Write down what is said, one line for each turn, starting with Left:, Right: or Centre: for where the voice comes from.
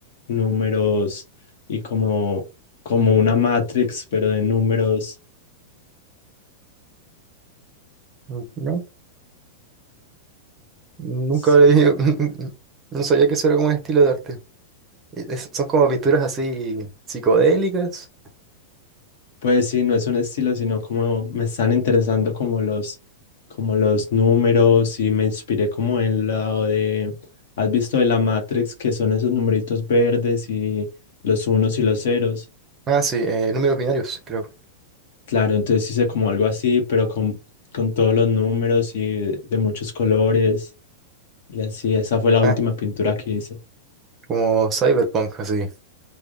Left: números y como, como una matrix, pero de números.
Right: ah. No, nunca
Left: Sí.
Right: había... <laughs> No sabía que eso era como un estilo de arte. Y es- son como pinturas así psicodélicas.
Left: Pues sí, no es un estilo, sino como me están interesando como los, como los números y me inspiré como en la de, ¿has visto de la Matrix que son esos numeritos verdes y los unos y los ceros?
Right: Ah, sí, eh, números binarios, creo.
Left: Claro, entonces hice como algo así, pero con, con todos los números y de muchos colores y así, esa fue la última
Right: Ah,
Left: pintura que hice.
Right: como cyberpunk, así,